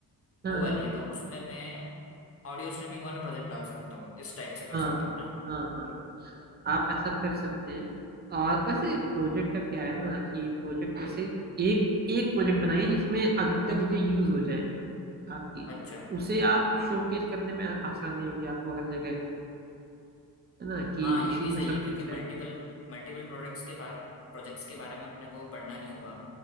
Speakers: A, on the right (about 30°); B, on the left (about 35°).
A: हाँ
B: वो वाली
A: हाँ
B: है तो उसमें मैं ऑडियो स्ट्रीमिंग वाला प्रोजेक्ट डाल सकता हूँ इस टाइप से कर
A: हाँ
B: सकता हूँ ना
A: हाँ हाँ हाँ, आप ऐसा कर सकते हैं और वैसे प्रोजेक्ट का क्या है ना कि प्रोजेक्ट उसे एक एक प्रोजेक्ट बनाइए जिसमें अधिकतर चीजें यूज हो जाए आपकी
B: अच्छा
A: उसे आप शोकेस करने में आ- आसानी होगी आपको हर जगह है ना कि
B: हाँ
A: उसी
B: ये भी सही
A: में सब
B: है क्योंकि
A: कुछ
B: मल्टीपल
A: है
B: मल्टीपल प्रोडक्ट्स के बारे प्रोजेक्ट्स के बारे में अपने को पढ़ना नहीं होगा